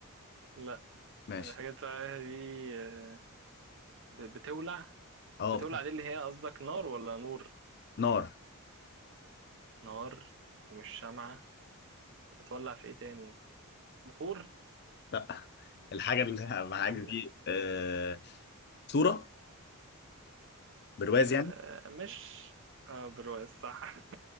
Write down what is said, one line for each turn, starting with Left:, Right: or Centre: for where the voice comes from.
Right: لا
Left: ماشي
Right: الحاجة اللي انت طالعها دي ب- بتولع
Left: اه
Right: بتولع دي اللي هي قصدك نار ولا نور
Left: نار
Right: نار ومش شمعة بتولع في ايه تاني بخور
Left: لا الحاجة اللي <laughs> معاك
Right: ايه
Left: دي
Right: ده
Left: آه، صورة برواز
Right: آه
Left: يعني
Right: مش اه برواز صح